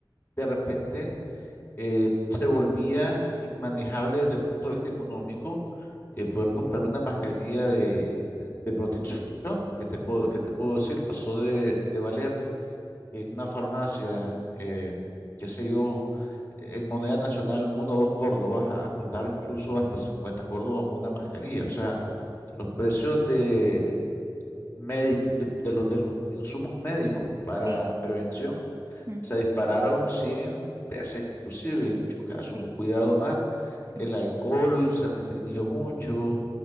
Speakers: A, on the left; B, on the right.
A: de repente eh, se volvía inmanejable desde el punto de vista económico eh, poder comprar una mascarilla de, de- de protección, que te puedo, que te puedo decir, pasó de, de valer en una farmacia, eh, qué sé yo, en moneda nacional uno o dos córdobas a, a costar incluso hasta 50 córdobas una mascarilla. O sea, los precios de médicos, de, de los, de los insumos médicos para
B: sí,
A: prevención
B: mm,
A: se dispararon 100 veces inclusive en muchos casos,
B: sí,
A: o cuidado más,
B: sí.
A: el alcohol se restringió mucho,